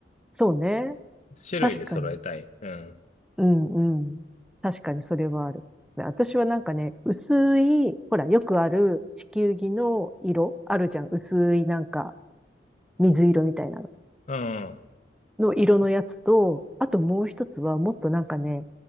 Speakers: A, in the centre; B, on the left (about 40°).
A: そうね。
B: 種類で揃えたい。
A: 確かに。
B: うん。
A: うんうん。確かにそれはある。私はなんかね、薄い、ほら、よくある地球儀の色、あるじゃん。薄いなんか、水色みたいなの。
B: うん。
A: の色のやつと、あともう一つはもっとなんかね、